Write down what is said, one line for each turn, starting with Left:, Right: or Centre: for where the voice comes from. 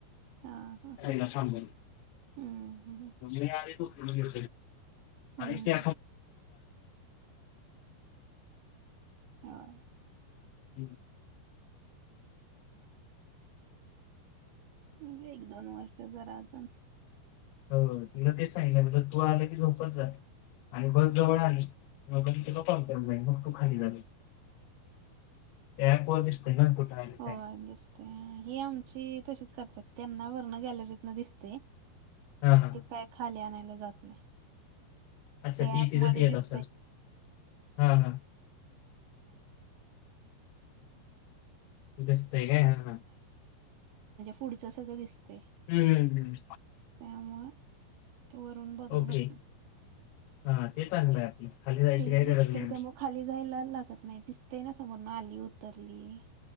Right: हा हा हा
Left: ला शजली
Right: हम्म हम्म
Left: म्ह या
Right: हम्म
Left: आणि ते
Right: हम्म. होय
Left: <unintelligible> <inaudible>
Right: म्हणजे एक दोन वर्ष जरा अजून
Left: हो तुला तेच सांगितलं म्हणज तू आलं की झोपत जा
Right: हम्म
Left: आणि बस जवळ आली <inaudible> आली
Right: हो
Left: काय
Right: दिसते हे आमची तशीच करतात त्यांना वर्ण गॅलरीत न दिसते
Left: हा हा
Right: ते काय खाल्या नाही जात नाही
Left: <unintelligible>
Right: <inaudible> <inaudible> म्हणजे
Left: तिथं येत असेल हा हा दिसतंय काय हा हा
Right: पुढचं सगं दिसतेय
Left: हम्म!
Right: त्यामुळे ते वरून बघत
Left: ओके
Right: बसतात
Left: हा ते चांगलं आहे आपलं खाली जायची
Right: ते
Left: काय
Right: दिसतय
Left: गरज नाही
Right: त्या मग खाली जायला लागत नाही दिसत दिसतंय ना समोरून आली उतरली